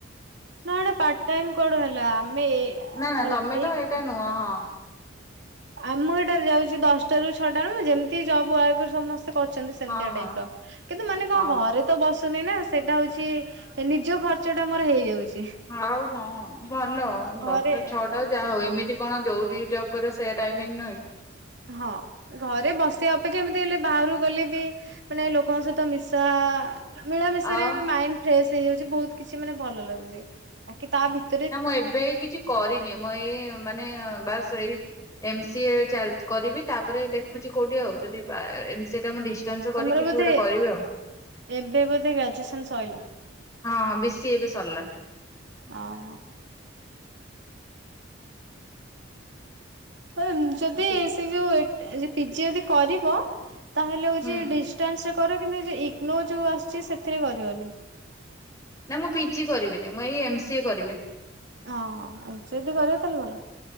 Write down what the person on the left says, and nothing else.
ନା ନା
ତମେ
ତ ଏଇଟା ନୁହଁ ହଁ।
ହଁ ହଁ
ହଁ
ଆଉ ହଁ ଭଲ
ଦଶଟାରୁ ଛଅଟା
ଆ ଯାହା ହୋଉ ଏମିତି। କଣ ଯଉଟି ଜବ୍ କରିବ ସେ ଟାଇମିଙ୍ଗ ରହେ।
ଆଉ
ନା ମୁଁ ଏବେ କିଛି କରିନି ମୁଁ ଏଇ ମାନେ ବାସ ଏଇ ଏମ ସି ଏ ଚାଲ କରିବି ତାପରେ ଦେଖୁଛି କୋଉଠି ଆଉ ଯଦି ବାଏ ରେ ସେଇଟା ମୁଁ ଡିଷ୍ଟାନ୍ସ
କରି କିଛି
ଗୋଟେ କରିବି ଆଉ।
ହଁ ହଁ ବି ସି ଏ ବି ସରିଲା
ବି
ହୁଁ।
ନା ମୁଁ ପିଜି କରିବିନି ମୁଁ ଏଇ ଏମସିଏ କରିବି।